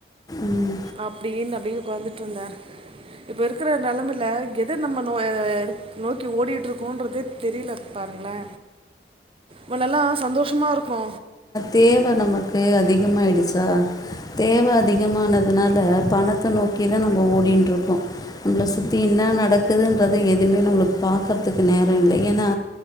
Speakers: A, on the left; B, on the right.
A: ம்
B: அப்டீன்னு அப்டியே உக்காந்துட்ருந்தே இப்ப இருக்குற நெலமைல எத நம்ம நோ நோக்கி ஓடிட்ருக்கோன்றதே தெரியல பாருங்ளே முன்னல்லா சந்தோஷ்மா இருப்போ
A: தேவ நமக்கு அதிகமாய்டுச்சா தேவ அதிகமானதுனால பணத்த நோக்கிதா நம்ம ஓடிண்ட்ருக்கோ நம்மள சுத்தி என்ன நடக்குதுன்றத எதுவுமே நம்மளுக்கு பாக்குறதுக்கு நேரொ இல்ல ஏன்னா